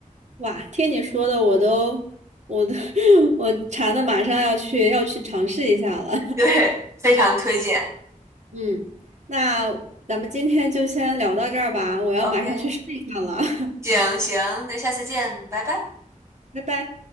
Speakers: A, on the right; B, on the right.
A: 哇，听你说的，我都，我都，<laughs> 我馋的马上要去要去尝试一下了。
B: 对，非常推荐。
A: 嗯，那咱们今天就先聊到这儿吧，我要马上去试一下了，
B: OK，
A: <laughs>
B: 行行，那下次见，拜拜。
A: 拜拜。